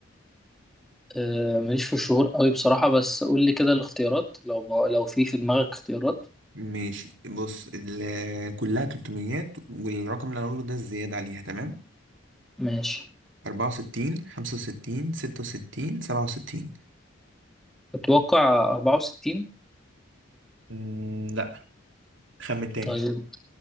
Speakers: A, in the centre; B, on the right.
A: آه ماليش في الشهور قوي بصراحة بس قول لي كده الاختيارات لو ما لو في في دماغك اختيارات
B: ماشي بص ال- كلها 300 والرقم اللي هقوله ده الزياده عليها تمام
A: ماشي
B: 64 65 66 67
A: اتوقع 64
B: امم لا خمن تاني
A: طيب